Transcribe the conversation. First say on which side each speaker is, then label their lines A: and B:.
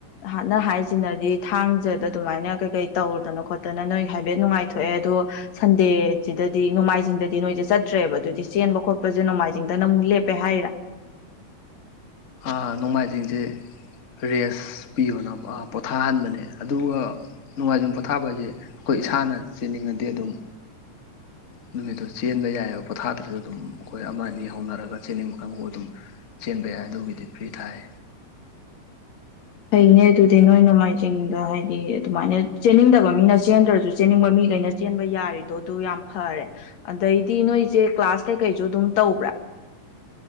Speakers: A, on the left (about 60°); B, on the left (about 85°).
A: ꯍꯥꯟꯅ ꯍꯥꯏꯁꯤꯅꯗꯤ ꯊꯥꯡꯖꯗ ꯑꯗꯨꯃꯥꯏꯅ ꯀꯩꯀꯩ ꯇꯧꯔꯨꯗꯅ ꯈꯣꯠꯇꯅ ꯅꯣꯏ ꯍꯥꯏꯐꯦꯠ ꯅꯨꯡꯉꯥꯏꯊꯣꯛꯑꯦ ꯑꯗꯣ ꯁꯟꯗꯦꯖꯤꯗꯗꯤ ꯅꯣꯡꯃꯥꯏꯖꯤꯡꯗꯗꯤ ꯅꯣꯏꯖꯦ ꯆꯠꯇ꯭ꯔꯦꯕ ꯑꯗꯨꯏꯗꯤ ꯆꯦꯟꯕ ꯈꯣꯠꯄꯁꯦ ꯅꯣꯡꯃꯥꯏꯖꯤꯡꯗꯅ ꯑꯃꯨꯛ ꯂꯦꯞꯄꯦ ꯍꯥꯏꯔꯥ
B: ꯑ ꯅꯣꯡꯃꯥꯏꯖꯤꯡꯖꯤ ꯔꯦꯁ ꯄꯤꯌꯣꯅ ꯄꯣꯊꯥꯍꯟꯕꯅꯦ ꯑꯗꯨꯒ ꯅꯣꯡꯃꯥꯏꯖꯤꯡ ꯄꯣꯊꯥꯕ ꯍꯥꯏꯁꯦ ꯑꯩꯈꯣꯏ ꯏꯁꯥꯅ ꯆꯦꯟꯅꯤꯡꯉꯗꯤ ꯑꯗꯨꯝ ꯅꯨꯃꯤꯠꯇꯨ ꯆꯦꯟꯕ ꯌꯥꯏꯑꯕ ꯄꯣꯊꯥꯗ꯭ꯔꯁꯨ ꯑꯗꯨꯝ ꯑꯩꯈꯣꯏ ꯑꯃ ꯑꯅꯤ ꯍꯧꯅꯔꯒ ꯆꯦꯅꯤꯡꯕ ꯀꯥꯡꯕꯨ ꯑꯗꯨꯝ ꯆꯦꯟꯕ ꯌꯥꯏ ꯑꯗꯨꯒꯤꯗꯤ ꯐ꯭ꯔꯤ ꯊꯥꯏ
A: ꯆꯤꯡꯅꯦ ꯑꯗꯨꯗꯤ ꯅꯣꯏ ꯅꯣꯡꯃꯥꯏꯖꯤꯡꯗ ꯍꯥꯏꯗꯤ ꯑꯗꯨꯃꯥꯏꯅ ꯆꯦꯟꯅꯤꯡꯗꯕ ꯃꯤꯅ ꯆꯦꯟꯗ꯭ꯔꯁꯨ ꯆꯦꯟꯅꯤꯡꯕ ꯃꯤꯈꯩꯅ ꯆꯦꯟꯕ ꯌꯥꯔꯤꯗꯣ ꯑꯗꯨ ꯌꯥꯝ ꯐꯔꯦ ꯑꯗꯩꯗꯤ ꯅꯣꯏꯁꯦ ꯀ꯭ꯂꯥꯁ ꯀꯩꯀꯩꯁꯨ ꯑꯗꯨꯝ ꯇꯧꯕ꯭ꯔꯥ